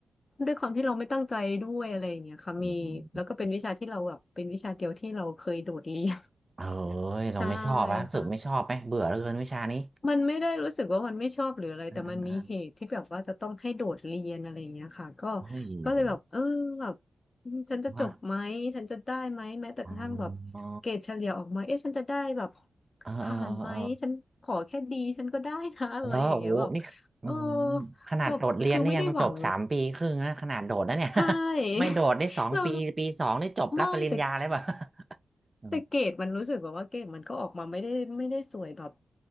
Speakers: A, on the left; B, on the right.
A: ด้วยความที่เราไม่ตั้งใจด้วยอะไรอย่างเงี้ยค่ะมีแล้วก็เป็นวิชาที่เราแบบเป็นวิชาเดียวที่เราเคยโดดเรียน
B: อืมเอ้
A: <laughs>
B: ยเราไม่ชอบแล้วรู้สึกไม่ชอบไหมเบื่อเหลือเกินวิชานี้
A: ใช่ค่ะ มันไม่ได้รู้สึกว่ามันไม่ชอบหรืออะไรแต่มันมีเหตุที่แบบว่าจะต้องให้โดดเรียนอะไรอย่างเงี้ยค่ะก็
B: อ่าอ่าอ่าเฮ้ยโห
A: ก็เลยแบบเออแบบอืมฉันจะจบไหมฉันจะได้ไหมแม้แต่กระทั่งแบบเกรดเฉลี่ยออกมาเอ๊ะฉันจะได้แบบ
B: ฮะอ๋อเออเออเออ
A: ผ่านไหมฉันขอแค่ดีฉันก็ได้นะอะไรอย่างเงี้ยแบบ
B: แล้วโอ้โหนี่อืม
A: เออ
B: ขนาดโดดเรียนนี่ยังจบสามปีครึ่งนะขนาดโดดนะเนี่ย
A: แบบคือไม่ได้หวัง
B: <laughs>
A: ใช่
B: ไม่โดดได้สองปีปีสองนี่จบรับปริญญาเลยป่ะ
A: <laughs> เราไม่แต่
B: <laughs> อืม
A: แต่เกรดมันรู้สึกแบบว่าเกรดมันก็ออกมาไม่ได้ไม่ได้สวยแบบ